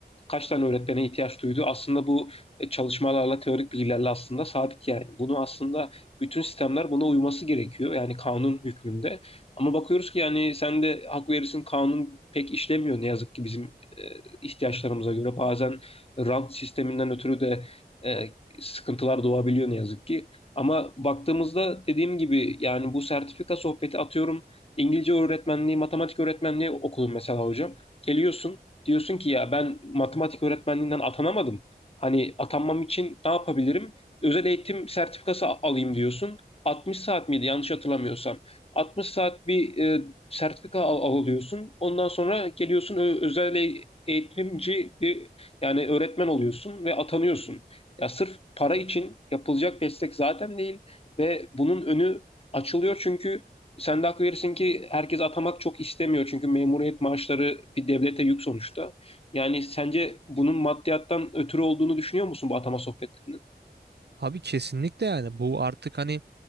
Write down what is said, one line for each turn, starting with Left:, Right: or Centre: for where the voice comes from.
Left: kaç tane öğretmene ihtiyaç duydu. Aslında bu e, çalışmalarla, teorik bilgilerle aslında sabit yani. Bunu aslında bütün sistemler buna uyması gerekiyor. Yani kanun hükmünde. Ama bakıyoruz ki yani sen de hak verirsin kanun pek işlemiyor ne yazık ki bizim e, ihtiyaçlarımıza göre. Bazen rant sisteminden ötürü de e, sıkıntılar doğabiliyor ne yazık ki. Ama baktığımızda dediğim gibi yani bu sertifika sohbeti atıyorum İngilizce öğretmenliği, matematik öğretmenliği okudum mesela hocam. Geliyorsun diyorsun ki ya ben matematik öğretmenliğinden atanamadım. Hani atanmam için ne yapabilirim? Özel eğitim sertifikası alayım diyorsun. 60 saat miydi yanlış hatırlamıyorsam. 60 saat bir e, sertifika al- alıyorsun. Ondan sonra geliyorsun ö- özel e- eğitimci bir yani öğretmen oluyorsun ve atanıyorsun. Ya sırf para için yapılacak destek zaten değil ve bunun önü açılıyor çünkü sen de hak verirsin ki herkes atamak çok istemiyor. Çünkü memuriyet maaşları bir devlete yük sonuçta. Yani sence bunun maddiyattan ötürü olduğunu düşünüyor musun bu atama sohbetlerinin?
Right: Abi kesinlikle yani bu artık hani